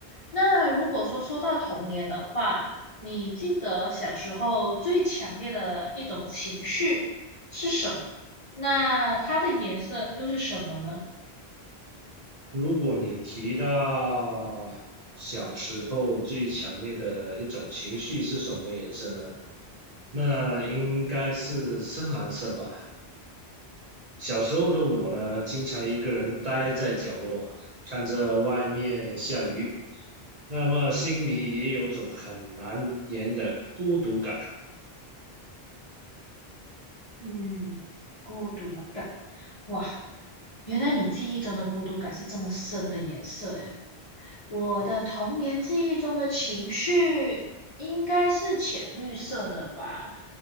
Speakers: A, on the left; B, on the right.
A: 那如果说说到童年的话，你记得小时候最强烈的一种情绪？是什么？那它的颜色又是什么呢？
B: 如果你提到小时候最强烈的一种情绪是什么颜色呢？那应该是深蓝色吧。小时候的我呢，经常一个人待在角落，看着外面下雨，那么心里也有种很难言的孤独感
A: 嗯，孤独感。哇，原来你记忆中的孤独感是这么深的颜色诶。我的童年记忆中的情绪应该是浅绿色的吧，